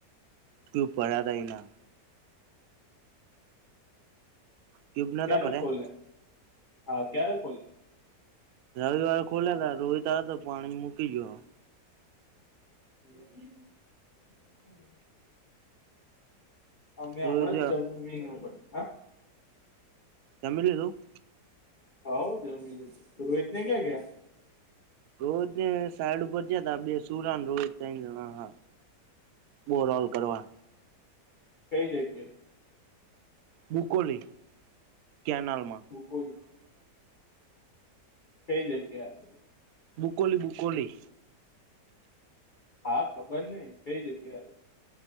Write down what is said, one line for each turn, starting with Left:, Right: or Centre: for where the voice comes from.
Right: તે પેલા તયના ક્યુબ નતા
Left: ક્યારે
Right: ભર્યા
Left: ખોલે હા ક્યારે ખોલે
Right: રવિવાર ખોલ્યા તા રોઈતા તો પાણી મૂકી ગયો
Left: <inaudible> અમે
Right: રોહિત
Left: હમણાં જવું મીન હતો હા
Right: કેમરી રૂ
Left: <inaudible> રોજને ક્યાં ગયા
Right: રોહિત ને સાઈડ ઉપર જયાતા બે સુરાને રોહિત હા. બોર ઓલ કરવા.
Left: કઈ જગ્યા
Right: બુકોલી કેનાલ માં
Left: મુકુળી કઈ જગ્યાએ
Right: બૂકુલી બુકુલી
Left: હા ખબર ની કઈ જગ્યાએ